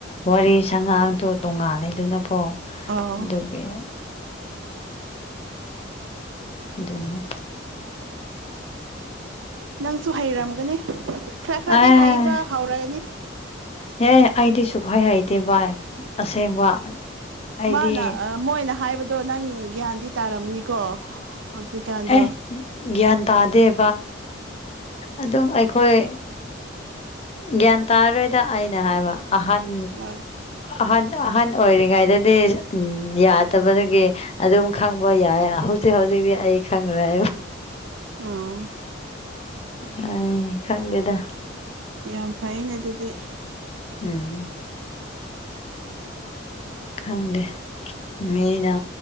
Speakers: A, on the left (about 30°); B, on the right (about 75°).
A: ꯋꯥꯔꯤ ꯁꯉꯥꯡꯗꯣ ꯇꯣꯉꯥꯟꯂꯦꯗꯅꯀꯣ ꯑꯣ
B: ꯑꯣ
A: ꯑꯗꯨꯒꯤ ꯑꯗꯨꯅꯦ
B: ꯅꯪꯁꯨ ꯍꯩꯔꯝꯒꯅꯤ ꯈꯔ ꯈꯔꯗꯤ
A: ꯑꯦ
B: ꯍꯩꯕ ꯍꯧꯔꯒꯅꯤ
A: ꯍꯦ ꯑꯩꯗꯤ ꯁꯨꯐꯩ ꯍꯩꯇꯦ ꯚꯥꯏ ꯑꯁꯦꯡꯕ ꯑꯩꯗꯤ
B: ꯃꯥꯅ ꯃꯣꯏꯅ ꯍꯥꯏꯕꯗꯣ ꯅꯪ ꯒ꯭ꯌꯥꯟꯗꯤ ꯇꯥꯔꯝꯒꯅꯤꯀꯣ ꯍꯧꯖꯤ ꯀꯥꯟꯗꯣ
A: ꯑꯦ ꯒ꯭ꯌꯥꯟ ꯇꯥꯗꯦ ꯑꯗꯨꯝ ꯑꯩꯈꯣꯏ ꯒ꯭ꯌꯥꯟ ꯇꯥꯔꯔꯣꯏ ꯑꯗ ꯑꯩꯅ ꯍꯥꯏꯕ ꯑꯍꯟ
B: ꯑꯥ
A: ꯑꯍꯟ ꯑꯍꯟ ꯑꯣꯏꯔꯤꯉꯩꯗꯗꯤ ꯌꯥꯗꯕꯗꯒꯤ ꯑꯗꯨꯝ ꯈꯪꯕ ꯌꯥꯏ ꯍꯧꯖꯤ ꯍꯧꯖꯤꯗꯤ ꯑꯩ ꯈꯪ꯭ꯔꯦ
B: ꯑꯥ
A: ꯑ ꯈꯪꯒꯦꯗ
B: ꯌꯥꯝ ꯐꯩꯅꯦ ꯑꯗꯨꯗꯤ
A: ꯎꯝ ꯀꯪꯗꯦ ꯃꯤꯅ